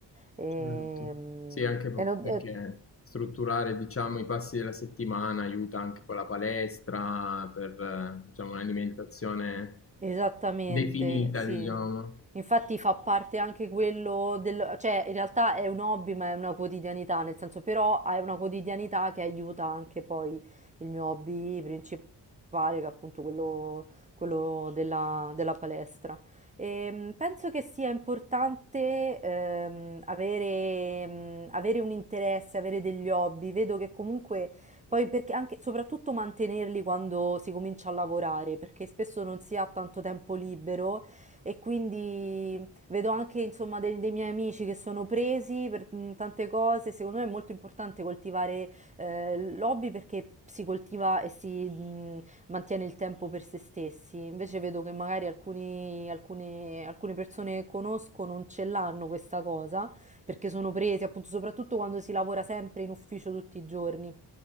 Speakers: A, on the right; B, on the left.
A: Ehm,
B: certo. Sì, anche po-
A: E, non-
B: perché
A: eh,
B: strutturare, diciamo, i passi della settimana aiuta anche con la palestra per, eh, diciamo, un'alimentazione
A: Esattamente,
B: definita,
A: sì.
B: diciamo.
A: Infatti fa parte anche quello del... cioè in realtà è un hobby ma è una quotidianità, nel senso però è una quotidianità che aiuta anche poi il mio hobby principale, che è appunto quello, quello della, della palestra. Ehm, penso che sia importante ehm, avere, mm, avere un interesse, avere degli hobby. Vedo che comunque poi perché anche, soprattutto mantenerli quando si comincia a lavorare, perché spesso non si ha tanto tempo libero e quindi vedo anche insomma dei, dei miei amici che sono presi per mm, tante cose. Secondo me è molto importante coltivare eh, l'hobby perché si coltiva e si mm, mantiene il tempo per se stessi. Invece vedo che magari alcuni- alcune, alcune persone che conosco non ce l'hanno questa cosa perché sono presi, appunto, soprattutto quando si lavora sempre in ufficio tutti i giorni.